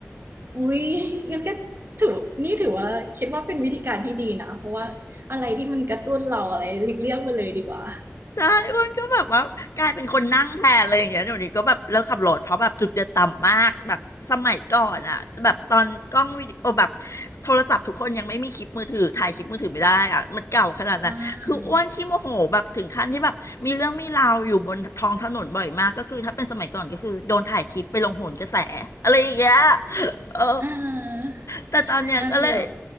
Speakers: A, on the right (about 50°); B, on the left (about 75°).
A: อุ้ยงั้นก็ถือนี่ถือว่าคิดว่าเป็นวิธีการที่ดีนะเพราะว่าอะไรที่มันกระตุ้นเราอะไรหลีกเลี่ยงไปเลยดีกว่า
B: ใช่อ้วนก็แบบว่ากลายเป็นคนนั่งแทนเลยอย่างเงี้ยเดี๋ยวนี้ก็แบบเลิกขับรถเพราะแบบจุดเดือดต่ำมากแบบสมัยก่อนอะแบบตอนกล้องวิดีโอแบบโทรศัพท์ทุกคนยังไม่มีคลิปมือถือถ่ายคลิปมือถือไม่ได้อะมันเก่าขนาดนั้นคืออ้วนขี้โมโหแบบถึงขั้นที่แบบมีเรื่องมีราวอยู่บนท้องถนนบ่อยมากก็คือถ้าเป็นสมัยก่อนก็คือโดนถ่ายคลิปไปลงโหนกระแสอะไรอย่างเงี้ย
A: อ่า
B: <laughs> เออ
A: อ่า
B: แต่ตอนเนี้ยก็เลย
A: น่าจะแบบ